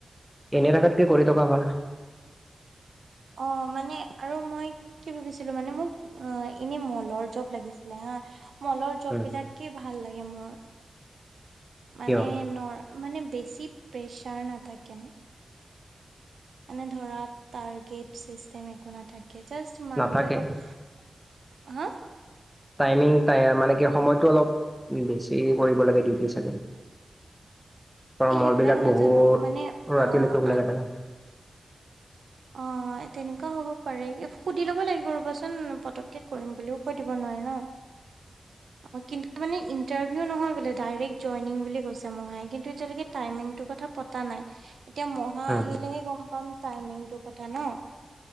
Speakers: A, in the centre; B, on the right (about 75°).
A: এনে থকাতকে কৰি থকা ভাল।
B: অ মানে আৰু মই কি ভাবিছিলো মানে মোক অ এনে মলৰ জব লাগিছিলে হা মলৰ জব
A: উম,
B: বিলাকে ভাল মোৰ মানে
A: কিয়
B: নৰ মানে বেছি প্ৰেছাৰ নাথাকে না। মানে ধৰা টাৰ্গেট চিষ্টেম একো নাথাকে। জাষ্ট মানুহবিলাকক
A: নাথাকে
B: হা
A: টাইমিং তায়া মানে কি সময়তটো অলপ বেছি কৰিব লাগে ডিউটি চাগে। অ
B: এই
A: মল
B: সেইবিলাক
A: বিলাক
B: নাজানো
A: বহুত
B: মানে
A: ৰাতিলৈকে
B: আ
A: খোলা
B: আ
A: থাকে ন। <inaudible>
B: অ অ তেনেকুৱা হ'ব পাৰে। সুধি ল'ব লাগিব ৰ'বচোন পতকে কৰিম বুলিও কৈ দিব নোৱাৰে ন।
A: <inaudible>
B: অ কিন্তু মানে ইণ্টাৰভিউ নহয় বোলে। ডাইৰেক্ট জইনিং বুলি কৈছে মাহাই কিন্তু এতিয়ালকে টাইমিং তৰ কথা পতা নাই। এতিয়া মহা
A: উম
B: আহিলেহে গম পাম টাইমিংটোৰ কথা ন।